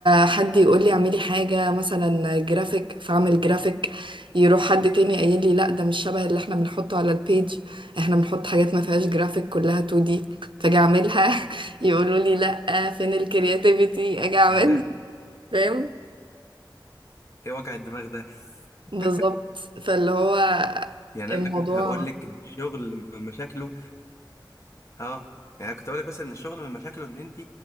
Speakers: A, on the right; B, on the left.
A: حد يقول لي اعملي حاجة مثلا جرافيك فاعمل جرافيك يروح حد تاني قايل لي لا ده مش شبه اللي احنا بنحطه على البيج احنا بنحط حاجات ما فيهاش جرافيك كلها 2 دي فاجي اعملها <laughs> يقولوا لي لا فين الكرياتيفيتي اجي اعمل
B: ايه ده
A: فاهم
B: ايه وجع الدماغ ده <laughs>
A: بالظبط فاللي هو
B: يعني
A: الموضوع
B: انا كنت هقول لك الشغل مشاكله اه يعني أنا كنت اقول لك مثلا ان الشغل من مشاكله ان انت